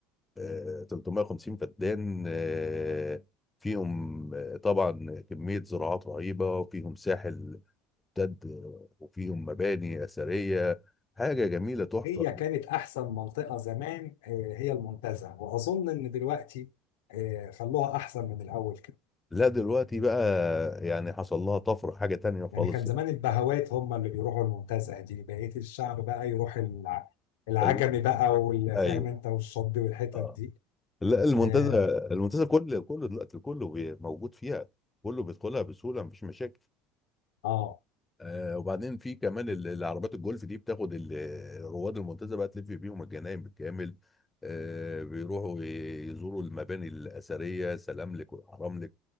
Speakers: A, on the left; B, on the left.
A: آه، 350 فدان آه، فيهم آه، طبعا كميه زراعات رهيبه وفيهم ساحل امتد وفيهم مباني اثريه حاجه جميله تحفه
B: هي كانت احسن منطقه زمان آه، هي المنتزه واظن ان دلوقتي آه، خلوها احسن من الاول كده
A: لا دلوقتي بقى يعني حصل لها طفرة حاجة تانية
B: يعني
A: خالص
B: كان زمان البهوات هم اللي بيروحوا المنتزه دي بقيه الشعب بقى يروح الع- العجمي
A: <laughs>
B: بقى والفاهم
A: ايوه
B: انت والشطبي والحتت
A: اه
B: دي
A: لا المنتزه
B: اه
A: المنتزه كل كله دلوقتي كله بي- موجود فيها كله بيدخلها بسهوله مفيش مشاكل
B: آه.
A: آه وبعدين في كمان ال- العربيات الجولف دي بتاخد ال- رواد المنتزه بقى تلف بيهم الجناين بالكامل آه بيروحوا ي- يزوروا المباني الاثريه سلاملك والحراملك